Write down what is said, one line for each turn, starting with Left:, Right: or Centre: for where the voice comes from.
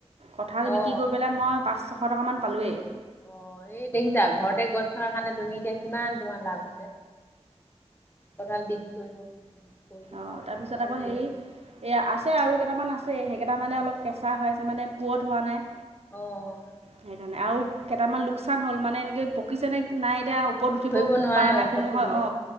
Right: কঁঠাল
Left: অ'।
Right: বিক্ৰী কৰি,
Left: অ'
Right: পেলাই মই পাঁচ ছশ টকামান পালোৱেই
Left: অ', ই দেখিছা ঘৰতে গছ থকাৰ কাৰণে তুমি এতিয়া কিমান তোমাৰ লাভ কঠাল বিক্ৰী কৰিব কৰিলেও
Right: অ',
Left: হয়
Right: তাৰপিছত
Left: আৰু
Right: আকৌ
Left: লিচ
Right: হেৰি এইয়া আছে আৰু কেইটামান আছে, সেইকেইটামানে
Left: অ'
Right: অলপ কেঁচা হৈ আছে মানে পোৱত হোৱা নাই
Left: অ',
Right: সেইকাৰণে, আৰু কেইটামান লোকচান হ'ল মানে এনেকৈ পকিছেনে নাই এতিয়া ওপৰত উঠিব
Left: ধৰিব নোৱাৰে
Right: পৰা নাই
Left: ওপৰত
Right: কোনো
Left: থাকিলে
Right: হয় অ